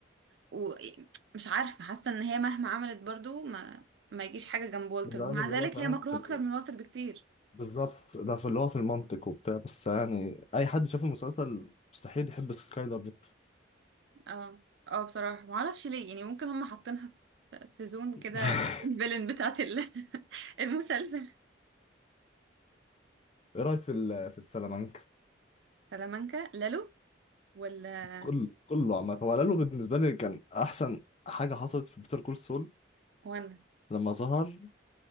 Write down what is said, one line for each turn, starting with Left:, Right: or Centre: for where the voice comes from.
Right: ومش عارفة حاسة ان هي مهما عملت برضو ما ما يجيش حاجة جنب والتر
Left: ده العامل
Right: ومع
Left: اللي
Right: ذلك
Left: هو فاهم
Right: هي مكروهة
Left: في ال...
Right: اكتر من والتر بكتير
Left: بالظبط ده في اللي هو في المنطق وبتاع بس يعني أي حد شاف المسلسل مستحيل يحب سكايلر دي
Right: اه اه بصراحة ما اعرفش ليه يعني ممكن هم حاطينها في في زون
Left: <laughs>
Right: كده الفيلن بتاعت ال- <laughs> المسلسل
Left: إيه رأيك في ال... في السلامانكا؟
Right: سلامانكا لالو ولا
Left: كل كله عامة هو لالو بالنسبة لي كان أحسن حاجة حصلت في بيتر كول سول
Right: وانا
Left: لما ظهر